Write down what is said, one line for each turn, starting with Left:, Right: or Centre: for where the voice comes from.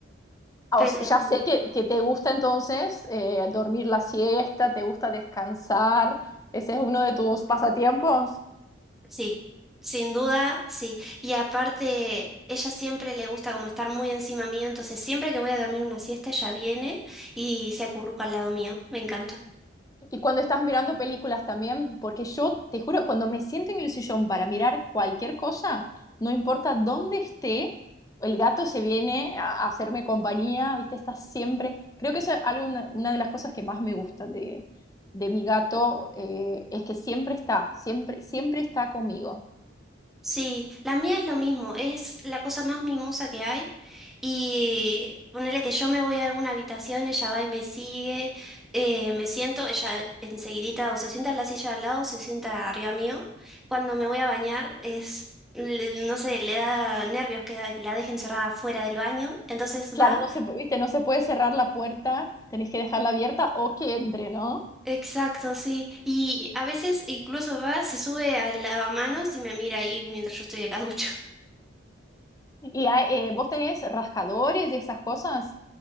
Left: Ah,
Centre: pero
Left: o sea, ya
Centre: mm,
Left: sé que, que te gusta entonces eh, dormir la siesta, te gusta descansar, ese es uno de tus pasatiempos.
Centre: sí, sin duda, sí. Y aparte, ella siempre le gusta como estar muy encima mío, entonces siempre que voy a dormir una siesta, ella viene y se acurruca al lado mío. Me encanta.
Left: Y cuando estás mirando películas también, porque yo te juro, cuando me siento en el sillón para mirar cualquier cosa, no importa dónde esté, el gato se viene a a hacerme compañía, ¿viste? Está siempre. Creo que eso es algo, una, una de las cosas que más me gusta de, de mi gato, eh, es que siempre está, siempre, siempre está conmigo.
Centre: Sí, la mía es lo mismo, es la cosa más mimosa que hay. Y ponerle que yo me voy a una habitación, ella va y me sigue, eh, me siento, ella enseguidita o se sienta en la silla al lado o se sienta arriba mío. Cuando me voy a bañar, es, le- no sé, le da nervios que, da- que la dejen cerrada fuera del baño, entonces
Left: Claro,
Centre: va.
Left: no se, pu- viste, no se puede cerrar la puerta, tenés que dejarla abierta o que entre, ¿no?
Centre: Exacto, sí. Y a veces incluso va, se sube al lavamanos y me mira ahí mientras yo estoy en la ducha.
Left: Y hay, eh, vos tenés rascadores y esas cosas.